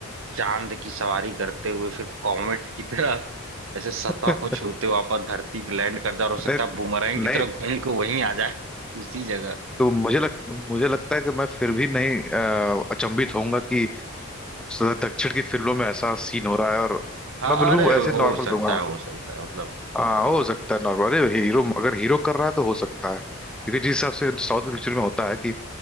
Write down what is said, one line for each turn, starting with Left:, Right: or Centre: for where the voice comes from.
Right: चांद की सवारी करते हुए फिर कॉमेट की तरह ऐसे सतह
Centre: <laughs>
Right: को छूते हुए वापस धरती पे लैंड कर जाए और हो सकता
Centre: नहीं
Right: है बूमरैंग की
Centre: नहीं
Right: तरह घूम के वहीं आ जाए उसी जगह
Centre: तो मुझे लग मुझे लगता है कि मैं फिर भी नहीं अ, अचंभित होऊंगा कि स- दक्षिण की फिल्मों में ऐसा सीन हो रहा है और
Right: हाँ
Centre: मैं बिल्कुल
Right: अरे
Centre: ऐसे
Right: हो
Centre: नॉर्मल
Right: सकता
Centre: रहूंगा
Right: है हो सकता है मतलब
Centre: हाँ हो सकता है नॉर्मल अरे हीरो अगर हीरो कर रहा है तो हो सकता है क्योंकि जिस हिसाब से साउथ पिक्चर में होता है कि